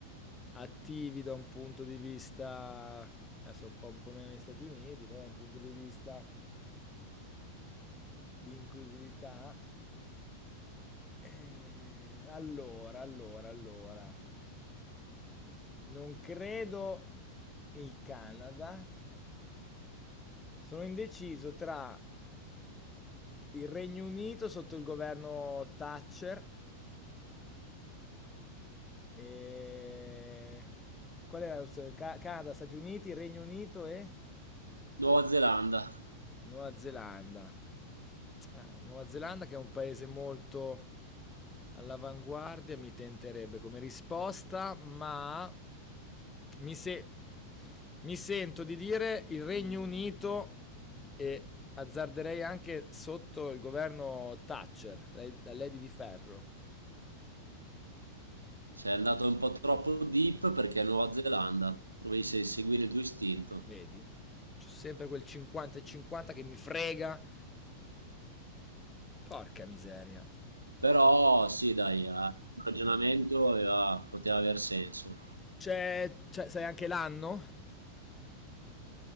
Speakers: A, on the left (about 15°); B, on the right (about 80°).
A: attivi da un punto di vista, adesso un po', un po' meno gli Stati Uniti, però da un punto di vista di inclusività. Eh, allora, allora, allora, non credo il Canada. Sono indeciso tra il Regno Unito sotto il governo Thatcher e... Qual era l'opzione? Ca- Canada, Stati Uniti, Regno Unito e...
B: Nuova Zelanda.
A: Nuova Zelanda. Eh, Nuova Zelanda che è un paese molto all'avanguardia, mi tenterebbe come risposta, ma mi, se- mi sento di dire il Regno Unito e azzarderei anche sotto il governo Thatcher, la, la Lady di Ferro.
B: Sei andato un po' troppo deep perché è Nuova Zelanda. Dovevi se- seguire il tuo istinto.
A: Vedi? C'è sempre quel 50 e 50 che mi frega. Porca miseria.
B: Però sì, dai, eh, il ragionamento aveva- poteva aver senso.
A: C'è, c'è- sai anche l'anno?